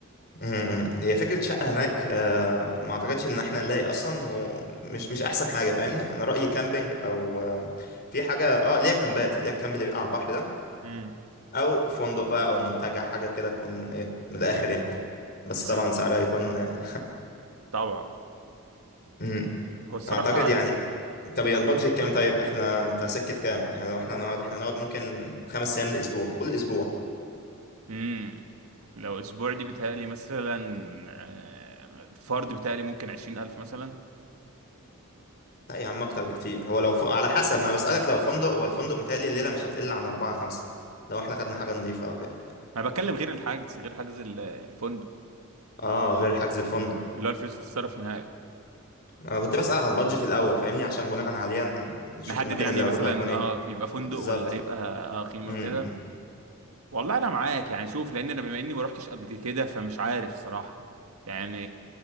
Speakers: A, on the left; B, on the right.
A: امم. هي فكرة شقة هناك آه، ما اعتقدش ان احنا نلاقي اصلا ومش مش احسن حاجة فاهمني انا رأيي كامبينج او آه، في حاجة اه ليها كامبات ليها الكامب اللي بيبقى على البحر ده
B: امم
A: او فندق بقى او منتجع حاجة كده تكون ايه من الاخر يعني بس
B: بس
A: طبعا
B: بت-
A: سعرها يكون آه،
B: طبعا
A: امم.
B: هو الصراحه
A: اعتقد يعني طب يا البادجت كام طيب احنا انت سكت كام يعني لو احنا نقعد احنا نقعد ممكن خمس ايام لاسبوع قول اسبوع
B: امم لو اسبوع دي بتهيألي مثلا آه، الفرد بتهيألي ممكن 20000 مثلا
A: لا يا عم اكتر بكتير هو لو ف... على حسب ما أنا بسألك لو فندق هو الفندق متهيألي الليلة مش هتقل عن اربعة خمسة لو احنا خدنا حاجة نظيفة او كده
B: انا بتكلم غير الحجز غير حجز ال- الفندق
A: اه غير حجز الفندق
B: اللي هو الفلوس اللي تتصرف هناك
A: انا كنت بسأل على البادجت الاول فاهمني عشان بناء عليه ن- نشوف
B: نحدد
A: المكان
B: يعني
A: اللي هنروحه
B: مثلا
A: هيكون ايه
B: اه يبقى فندق
A: بالظبط
B: ولا يبقى اه خيمه
A: امم
B: وكده
A: امم
B: والله انا معاك يعني شوف لان انا بما اني ما روحتش قبل كده فمش عارف الصراحه يعني